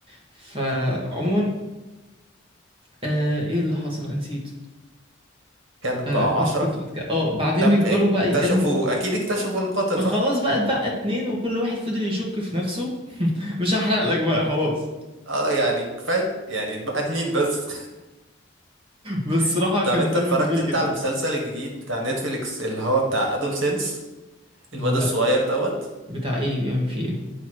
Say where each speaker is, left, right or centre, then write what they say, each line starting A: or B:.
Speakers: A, on the right (about 25°); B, on the right (about 80°).
A: فعموما آه ايه اللي حصل أنا نسيت
B: كان
A: آه
B: بقى
A: كنت
B: عشرة
A: كنت بتك... اه بعدين
B: طب
A: بيفضلوا
B: اكتشفوا
A: بقى يقلوا
B: اكيد اكتشفوا القاتل
A: ما
B: صح
A: خلاص بقى اتبقى اتنين وكل واحد فضل يشك في نفسه مش هحرق لك بقى خلاص
B: اه يعني كفاية يعني اتبقت مين بس
A: بس
B: <laughs>
A: صراحة
B: طب
A: كان
B: انت
A: فيلم
B: اتفرجت
A: جميل
B: انت
A: جدا
B: على المسلسل الجديد بتاع نتفليكس اللي هو بتاع ادول سينس الواد
A: لا
B: الصغير دوت
A: بتاع ايه بيعمل فيه ايه